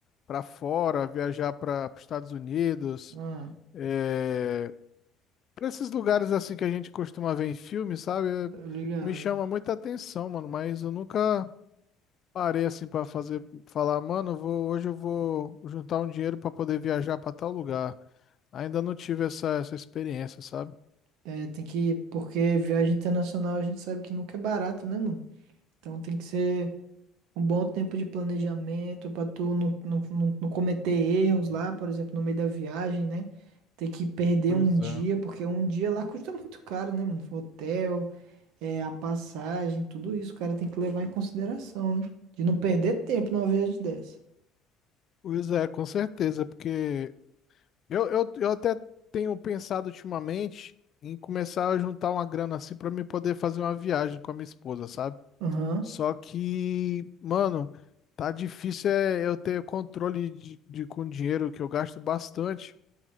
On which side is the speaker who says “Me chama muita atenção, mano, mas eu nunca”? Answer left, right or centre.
Left